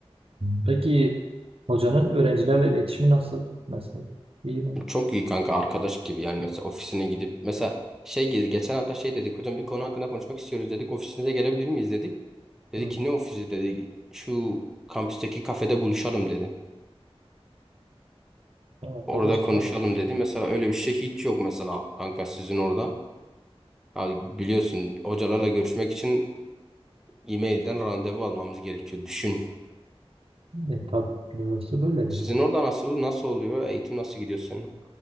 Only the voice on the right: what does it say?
Hmm. Peki hocanın öğrencilerle iletişimi nasıl mesela? İyi mi?
Hmm.
Arkadaş
çalışmadım.
E, tabii burası böyledir.